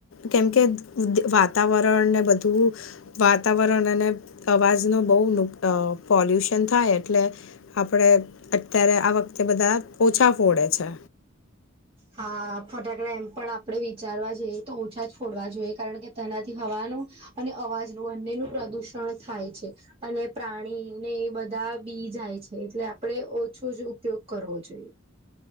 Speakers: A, on the left; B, on the right.
A: કેમકે કુદ વાતાવરણ ને બધું વાતાવરણ અને અવાજ નું બઉ નુ પોલ્યુશન થાય એટલે. આપડે અત્યારે આ વખતે બધા ઓછા ફોડે છે.
B: હા ફટાકડા એમ પણ આપણે વિચારવા જઈએ તો ઓછા જ ફોડવા જોઈએ કારણ કે તેનાથી હવાનું અને અવાજનું બંને નુ પ્રદુષણ થાય છે. અને પ્રાણી ને એ બધા બી જાય છે, એટલે આપડે ઓછો જ ઉપયોગ કરવો જોઈએ.